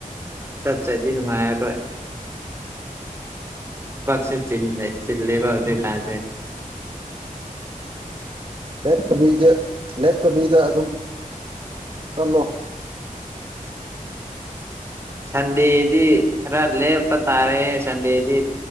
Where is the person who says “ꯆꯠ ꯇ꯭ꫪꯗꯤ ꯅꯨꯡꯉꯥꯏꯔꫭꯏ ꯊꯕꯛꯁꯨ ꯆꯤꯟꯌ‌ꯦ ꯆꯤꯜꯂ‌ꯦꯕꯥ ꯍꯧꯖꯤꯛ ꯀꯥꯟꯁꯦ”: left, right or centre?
Right